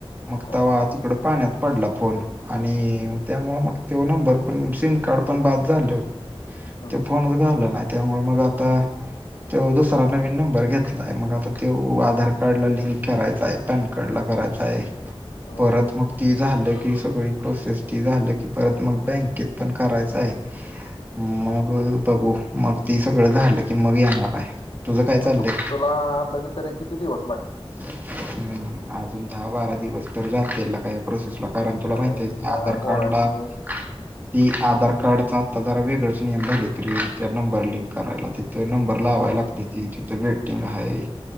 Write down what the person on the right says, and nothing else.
मग
तवा
तिकड पाण्यात पडला फोन. आणि त्यामुळे मग तो नंबर पण, सिम कार्ड पण बाद झाल.
तो फोनच गावला नाही. त्यामुळे मग आता तो दुसरा नवीन नंबर घेतला आहे. मग आता तो आधार कार्डला लिंक करायचा आहे. पॅन कार्ड ला करायचा आहे.
परत मग ती झाल की सगळी प्रोसेस ते झाल की, परत मग बँकेत पण करायच आहे. मग
बघू, मग ती सगळ झाल की मग येणार आहे. तुझं काय
चाललंय?
हम्म, अजून दहा बारा दिवस तर जातेल त्यांला काय प्रोसेसला. कारण तुला
माहिती आहे
आधार
कार्डला ती आधार
कार्डचा आता जरा वेगळच नियम झालेत रे. ते नंबर लिंक करायला. तिथ नंबर लावाय
लागत. तिथे वेटिंग आहे.